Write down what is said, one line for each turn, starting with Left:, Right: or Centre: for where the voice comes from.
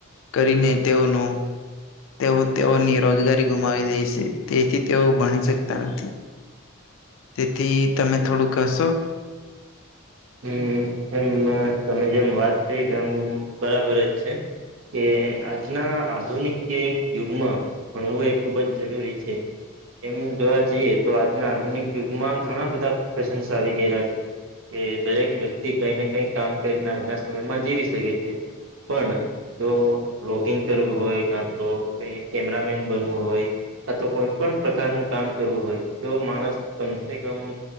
Left: કરીને તેઓનો તેઓ તેઓની રોજગારી ગુમાવી દે છે, તેથી <unintelligible> ભણી શકતા નથી તેથી તમે થોડું કશો.
Right: હમ એમ તમે જેમ વાત કરી તેમ બરાબર જ છે. કે આજના આધુનિક કે યુગમાં. ભણવું એ ખુબ જ જરૂરી છે. એમ જોવા જઈએ તો આજના આધુનિક યુગમાં ઘણા બધા પ્રોફેશન્ આવી ગયેલા છે. કે દરેક વ્યક્તિ કઈ ને કઈ કામ કરીને આજના સમયમાં જીવી શકે છે, પણ. જો બ્લોગિંગ કરવું હોય કા તો ક કેમેરામેન બનવું હોય. <unintelligible> તો કોઈ પણ પ્રકારનું કામ કરવું હોય જો માણસ કમસે કમ.